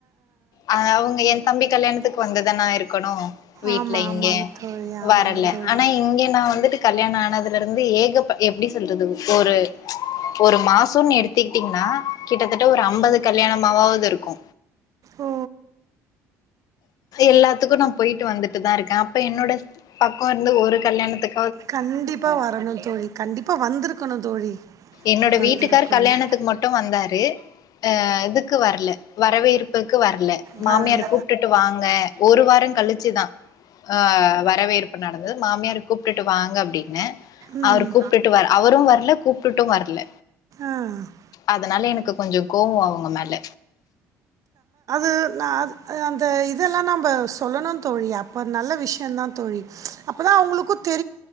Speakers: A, on the left; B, on the right.
A: ஆ அவுங்க ஏ தம்பி கல்யாணத்துக்கு வந்துதான இருக்கணு வீட்
B: ஆமா
A: லைங்க
B: ஆமாங்க தோழி ஆமாங்க
A: வரல
B: தோழி
A: ஆனா இங்க நா வந்துட்டு கல்யாணோ ஆனதுக் லருந்து ஏகப்ப எப்டி சொல்றது ஒரு ஒரு மாசோம்னு எடுத்துக்கிட்டீங்னா கிட்டத்தட்ட ஒரு ஆம்பது கல்யாணமாவாது இருக்கூ
B: ஓ
A: எல்லாத்துக்கூ நா போயிட்டு வந்துட்டுதாருக்கே அப்ப என்னோட பக்கோருந்து ஒரு கல்யாணத்துக்
B: கண்டிப்பா வரணு தோழி கண்டிப்பா வந்திருக்கணு தோழி
A: என்னோட
B: வந்திருக்கணும்
A: வீட்டுக்கார் கல்யாணத்துக்கு மட்டூ வந்தாரு ஆ இதுக்கு வர்ல வரவேற்புக்கு வர்ல மாமியார
B: வரல
A: கூப்டுட்டு வாங்க ஒரு வாரோ கழிச்சுதா ஆ வரவேற்பு நடந்து மாமியார கூப்டுட்டு வாங்க அப்டின்னு
B: ம்
A: அவர் கூப்டுட்டு வ அவரூ வர்ல கூப்டுட்டூ வர்ல
B: ஆ
A: அதனால எனக்கு கொஞ்சோ கோவோ அவுங்க மேல
B: இ நா அத் அந்த இதல்லா நம்ப சொல்லணூதோழி அப்ப நல்ல விஷ்யந்தா தோழி அப்பதா அவுங்களுக்குத்